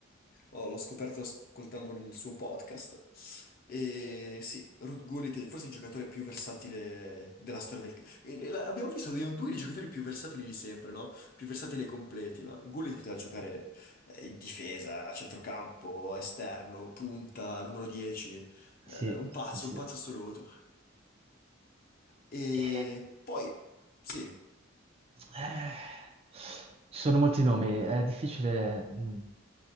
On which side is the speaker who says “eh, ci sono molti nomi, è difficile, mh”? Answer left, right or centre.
Right